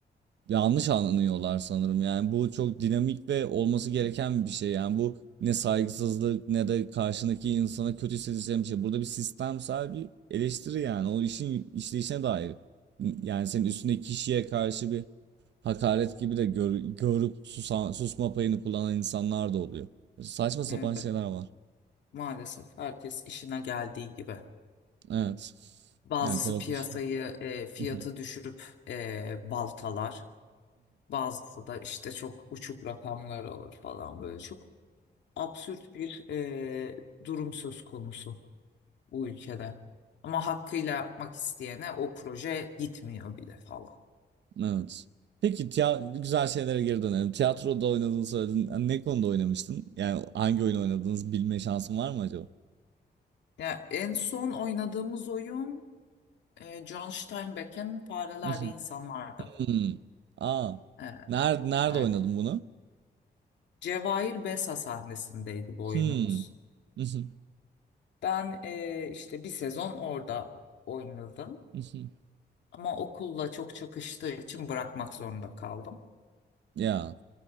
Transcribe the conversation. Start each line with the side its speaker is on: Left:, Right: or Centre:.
Right: yanlış anlıyorlar sanırım. Yani bu çok dinamik ve olması gereken bir şey. Yani bu ne saygısızlık ne de karşındaki insana kötü hissedeceğim bir şey. Burada bir sistemsel bir eleştiri yani. O işin işleyişine dair. Yani senin üstündeki kişiye karşı bir hakaret gibi de gör, görüp susan, susma payını kullanan insanlar da oluyor. Saçma sapan
Left: Elbette.
Right: şeyler var.
Left: Maalesef herkes işine geldiği gibi.
Right: Evet.
Left: Bazısı
Right: Yani korkunç.
Left: piyasayı e, fiyatı
Right: <laughs>
Left: düşürüp e, baltalar. Bazısı da işte çok uçuk rakamlar alır falan böyle. Çok absürt bir e, durum söz konusu bu ülkede. Ama hakkıyla yapmak isteyene o proje gitmiyor bile falan.
Right: Evet. Peki tiya- güzel şeylere geri dönelim. Tiyatroda oynadığını söyledin. Yani Ne konuda oynamıştın? Yani hangi oyun oynadığınızı bilme şansın var mı acaba?
Left: Ya en son oynadığımız oyun E, John Steinbeck'in Fareler
Right: <laughs> Mhm.
Left: ve İnsanlardı.
Right: Hmm. Aa.
Left: E,
Right: Nerede nerede
Left: aynen.
Right: oynadın bunu?
Left: Cevahir Besa sahnesindeydi bu oyunumuz.
Right: Hmm. <laughs> Mhm.
Left: Ben e, işte bir sezon orada oynadım.
Right: Mhm.
Left: Ama okulla çok çakıştığı için bırakmak zorunda kaldım.
Right: Ya.